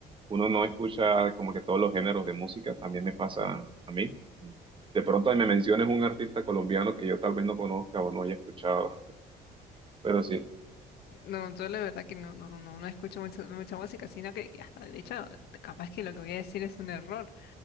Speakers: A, on the right; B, on the left.
A: uno no escucha como que todos los géneros de música, también me pasa a mí. De pronto me menciones un artista colombiano que yo tal vez no conozca o no haya escuchado, pero sí,
B: No, yo la verdad que no, no, no, no escucho mucha, mucha música, sino que hasta, de hecho, capaz que lo que voy a decir es un error.